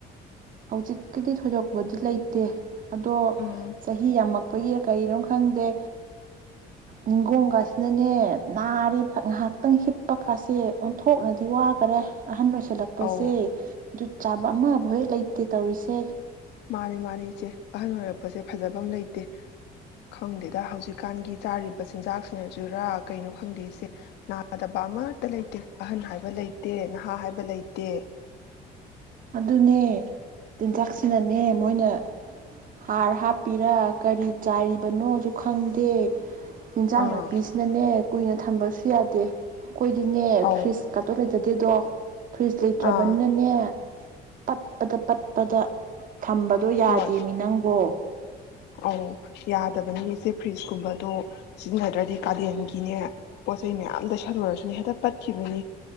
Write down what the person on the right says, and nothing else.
ꯍꯧꯖꯤꯛꯀꯤꯗꯤ ꯊꯣꯏꯗꯣꯛꯄꯗꯤ ꯂꯩꯇꯦ ꯑꯗꯣ
ꯆꯍꯤ ꯌꯥꯝꯃꯛꯄꯒꯤ ꯀꯔꯤꯅꯣ ꯈꯪꯗꯦ ꯅꯤꯡꯒꯣꯡꯀꯥꯁꯤꯅꯅꯦ ꯅꯥꯔꯤꯕ ꯉꯥꯏꯍꯥꯛꯇꯪ ꯍꯤꯞꯄꯀꯥꯁꯦ ꯑꯣꯟꯊꯣꯛꯅꯗꯤ ꯋꯥꯒꯔꯦ ꯑꯍꯟ ꯑꯣꯏꯁꯜꯂꯛꯄꯁꯦ
ꯖꯨꯠ ꯆꯥ ꯑꯃꯕꯨꯛ ꯍꯦꯛ ꯂꯩ ꯐꯠꯇꯤꯜꯦ ꯇꯧꯔꯤꯁꯦ
ꯑꯗꯨꯅꯦ ꯆꯤꯟꯖꯥꯛꯁꯤꯅꯅꯦ ꯃꯣꯏꯅ ꯍꯥꯔ ꯍꯥꯞꯄꯤꯔꯥ ꯀꯔꯤ ꯆꯥꯏꯔꯤꯕꯅꯣꯖꯨ ꯈꯪꯗꯦ ꯏꯟꯖꯥꯡ
ꯅꯥꯄꯤꯁꯤꯅꯅꯦ ꯀꯨꯏꯅ ꯊ ꯊꯝꯕꯁꯨ ꯌꯥꯗꯦ ꯑꯩꯈꯣꯏꯗꯤꯅꯦ
ꯐ꯭ꯔꯤꯖ ꯀꯥꯇꯣ ꯂꯩꯖꯗꯦꯗꯣ ꯐ꯭ꯔꯤꯖ ꯂꯩꯇ꯭ꯔꯕꯅꯤꯅꯅꯦ
ꯄꯠꯄꯗ ꯄꯠꯄꯗ ꯊꯝꯕꯗꯣ ꯌꯥꯗꯦꯃꯤꯅꯪꯕꯣ